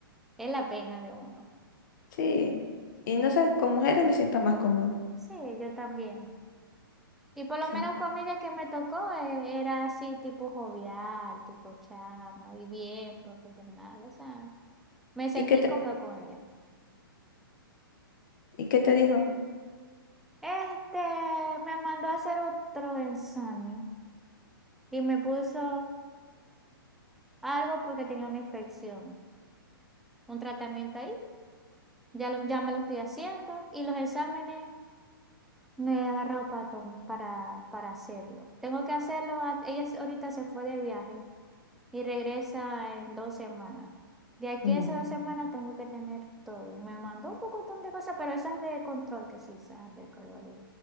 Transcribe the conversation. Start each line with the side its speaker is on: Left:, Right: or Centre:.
Centre: es la pena de uno.
Left: Sí. Y no sé, con mujeres me siento más cómoda.
Centre: Sí, yo también. Y por lo
Left: Sí.
Centre: menos con ella que me tocó, eh, era así tipo jovial, tipo chamo, y bien profesional. O sea, me sentí
Left: ¿Y qué te,
Centre: cómodo con ella.
Left: y qué te dijo?
Centre: Este me mandó a hacer otro examen y me puso algo porque tenía una infección, un tratamiento ahí. Ya, lo- ya me lo estoy haciendo y los exámenes me he agarrado para, tom- para, para hacerlo. Tengo que hacerlo. a- Ella s- ahorita se fue de viaje y regresa en dos semanas. De aquí
Left: Mm,
Centre: a esas dos semanas tengo que tener todo. Me mandó un pocotón de cosas, pero esas de control que sí sabe del color.